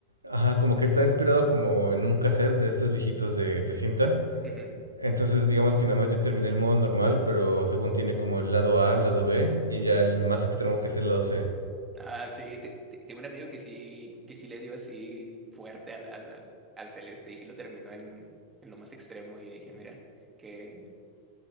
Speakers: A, on the right (about 85°); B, on the right (about 15°).
A: ajá, como que está inspirado como en un cassette de estos viejitos de, de cinta.
B: Ujú.
A: Entonces, digamos que nada más yo terminé el modo normal, pero según tiene como el lado A, el lado B y ya el más extremo que es el lado C.
B: Ah, sí. te- te- Tengo un amigo que sí, que sí le dio así fuerte al, al, al Celeste y sí lo terminó en, en lo más extremo. Y yo dije, mira, que